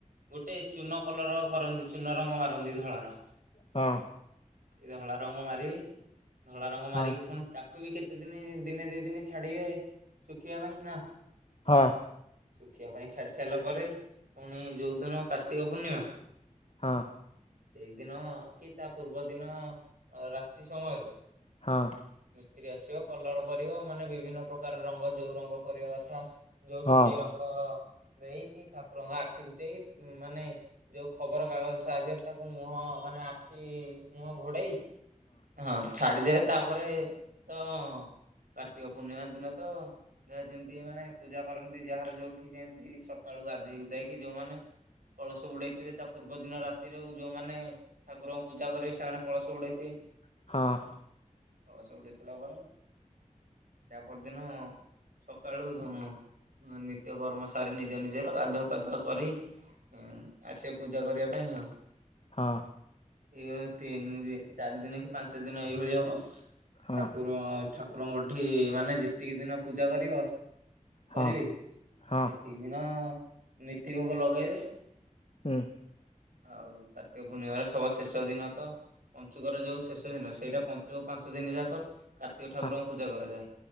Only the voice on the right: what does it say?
ଗୋଟେ ଚୂନ କଲର କରନ୍ତି ଚୂନ ରଙ୍ଗ ମାରନ୍ତି ଧଳାର।
ଧଳା ରଙ୍ଗ ମାରିବେ ଧଳା ରଙ୍ଗ
ମାରିକି ଫୁଣି ତାକୁ ବି କେତେ ଦିନି ଦିନେ ଦି ଦିନେ ଛାଡ଼ିବେ ଶୁଖିବା ପାଇଁ ନା।
ଶୁଖିବା ପାଇଁ ଛାଡ଼ି ସାରିଲା ପରେ ଫୁଣି ଯୋଉ ଦିନ କାର୍ତ୍ତିକ ପୂର୍ଣ୍ଣିମା
ସେଇଦିନ କି ତା ପୂର୍ବ ଦିନ ରାତି ସମୟରେ
ମିସ୍ତ୍ରୀ ଆସିବ କଲର କରିବ ମାନେ ବିଭିନ୍ନ ପ୍ରକାର ରଙ୍ଗ ଯୋଉ ରଙ୍ଗ କରିବା କଥା। ଯୋଉଠି
ସେଇ ରଙ୍ଗ ଦେଇକି ଠାକୁରଙ୍କ ଆଖି ଫିଟେଇ ମାନେ ଯୋଉ ଖବର କାଗଜ ସାହାଯ୍ୟରେ ତାକୁ ମୁହଁ ମାନେ ଆଖି ମୁହଁ ଘୋଡ଼େଇ ହଁ ଛାଡ଼ିଦେବେ ତାପରେ ତ କାର୍ତ୍ତିକ ପୂର୍ଣ୍ଣିମା ଦିନ ତ ଯାହା ଯେମିତି ମାନେ ପୂଜା କରନ୍ତି ଯାହାର ଯୋଉଠି ଯେମତି ସକାଳୁ ଗାଧେଇ ଗୁଧାକି ଯୋଉମାନେ କଳସ ବୁଡ଼େ ଥିବେ ତା ପୂର୍ବ ଦିନ ରାତିରୁ ଯୋଉମାନେ ଠାକୁରଙ୍କୁ ପୂଜା କରିବେ ସେମାନେ କଳସ ବୁଡ଼େଇଥିବେ।
କଳସ ବୁଡ଼େଇ ସାଇଲା ପରେ ତାପର ଦିନ ସକାଳୁ ହଁ ନିତ୍ୟ କର୍ମ ସାରି ନିଜ ନିଜର ଗାଧୁଆ ପାଧୁଆ କରି ଉ ଆସିବେ ପୂଜା କରିବା ପାଇଁ ଆଉ
ଏଇଭଳି ତିନି ଦ ଚାରି ଦିନ କି ପାଞ୍ଚ ଦିନ ଏଇଭଳି ହବ ଠାକୁର
ଠାକୁରଙ୍କଠି ମାନେ ଯେତିକି ଦିନ ପୂଜା କରିବ
କରିବେ ସେ
ସେ ଦିନ ନତି ଭୋଗ ଲଗେଇବେ।
ଆଉ କାର୍ତ୍ତିକ ପୂର୍ଣ୍ଣିମାର ସବା ଶେଷ ଦିନ ତ ପଞ୍ଚୁକର ଯୋଉ ଶେଷ ଦିନ ସେଇଟା ପଞ୍ଚୁକ ପାଞ୍ଚ ଦିନ ଯାକ କାର୍ତ୍ତିକ ଠାକୁରଙ୍କୁ
ପୂଜା କରାଯାଏ।